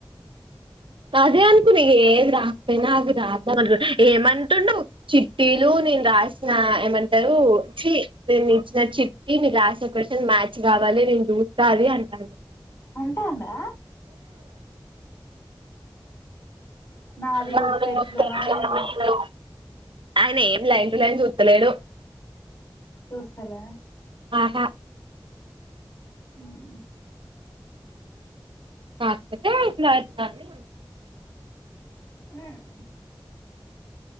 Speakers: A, on the right; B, on the left.
A: అదే అనుకున్న ఇగా ఏది రాకపోయినా అది రాద్దాం అనుకు ఏమంటుండు చిట్టీలు నీన్ రష్నా ఏమంటారు. చీ నీను ఇచ్చిన చిట్టి మీరు రాసిన క్వశ్చన్ మ్యాచ్ గావాలి. నీన్ చూస్తాది అంటాడు.
B: అంటందా నాది
A: నోదే
B: ఉత్త ఎట్లనో
A: తేగేది
B: ఏమో
A: మీదే ఆయన ఏం లైన్ టు లైన్ చూతలేడు.
B: చూయుస్తాలే
A: ఆహా
B: హుహ్
A: కాకపోతే ఇక్కడచ్ గానీ
B: ఉహ్